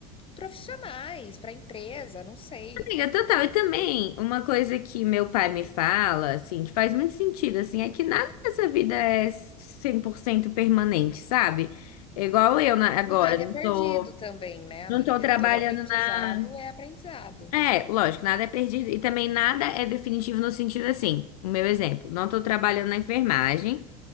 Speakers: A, on the left (about 25°); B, on the left (about 70°).
A: profissionais, para empresa, não sei.
B: Amiga, total. E também, uma coisa que meu pai me fala, assim, que faz muito sentido, assim, é que nada nessa vida é 100% permanente, sabe? Igual eu na- agora,
A: E nada
B: não
A: é perdido
B: tô,
A: também, né, amiga?
B: não tô trabalhando
A: Todo aprendizado
B: na
A: é aprendizado.
B: É, lógico, nada é perdido e também nada é definitivo no sentido assim. O meu exemplo, não estou trabalhando na enfermagem,